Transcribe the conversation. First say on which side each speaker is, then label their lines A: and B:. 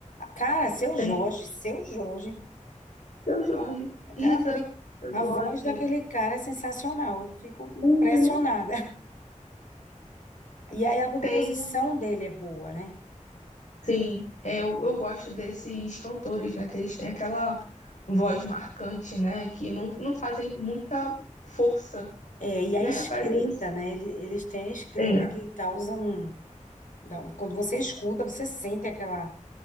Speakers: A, on the left; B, on the left.
A: Cara, Seu
B: Tem
A: Jorge, Seu Jorge.
B: seu Jorge, Isa,
A: Cara, aquele,
B: eu
A: a
B: gosto.
A: voz daquele cara é sensacional. Eu fico impressionada.
B: Uhum.
A: E aí a composição
B: Tem,
A: dele é boa, né?
B: sim, é, eu, eu gosto desses cantores, né? Que eles têm aquela voz marcante, né? Que não, não fazem muita força,
A: É, e a
B: né?
A: escrita,
B: Mas eles-
A: né? Ele- Eles têm a escrita
B: É.
A: que causa um. dá- Quando você escuta, você sente aquela.